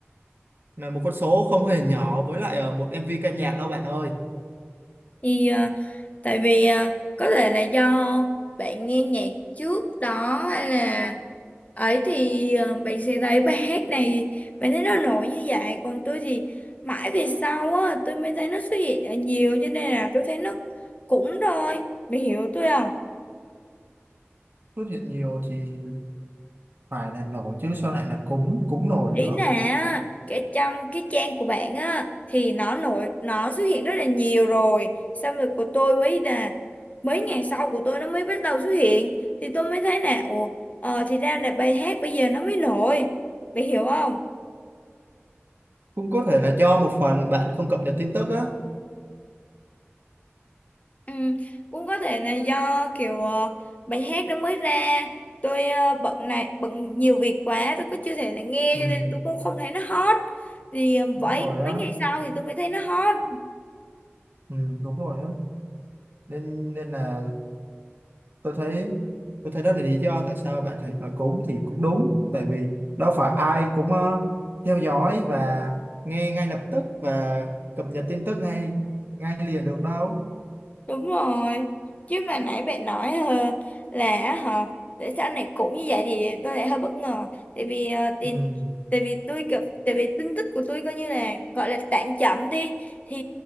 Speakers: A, on the right; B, on the left.
A: là một con số không hề nhỏ với lại ờ, một MV ca nhạc đâu bạn ơi
B: Thì ờ, tại vì ờ, có thể là do bạn nghe nhạc trước đó hay là ấy thì ờ, bạn sẽ thấy bài hát này bạn thấy nó nổi như vậy còn tôi thì mãi về sau á tôi mới thấy nó xuất hiện ở nhiều cho nên là tôi thấy nó cũng thôi bạn hiểu tôi không
A: xuất hiện nhiều thì phải là nổi chứ sao lại là cúng cúng nổi
B: ý
A: được
B: là á, cái trong cái trang của bạn á thì nó nổi nó xuất hiện rất là nhiều rồi xong rồi của tôi mới là mấy ngày sau của tôi nó mới bắt đầu xuất hiện thì tôi mới thấy là ủa ờ, thì ra là bài hát bây giờ nó mới nổi bạn hiểu không
A: cũng có thể là do một phần bạn không cập nhật tin tức á
B: Ừ, cũng có thể là do kiểu ờ, bài hát đó mới ra tôi ờ, bận này bận nhiều việc quá tôi cứ chưa thể là nghe
A: ừ,
B: cho nên tôi cũng không thấy nó hot thì ờ,
A: đúng
B: vậy
A: rồi
B: mấy
A: á
B: ngày sau thì tôi mới thấy nó hot
A: ừ, đúng rồi á nên nên là tôi thấy tôi thấy đó là lý do tại sao bạn thấy nói cúng thì cũng đúng tại vì đâu phải ai cũng ờ, theo dõi và nghe ngay lập tức và cập nhật tin tức ngay ngay liền được đâu
B: đúng rồi chứ mà nãy bạn nói ờ, là hả tại sao này cũng như vậy thì tôi lại hơi bất ngờ tại vì ờ, thì,
A: ừ,
B: tại vì tôi cập tại vì tin tức của tôi coi như là gọi là tạm chậm đi thì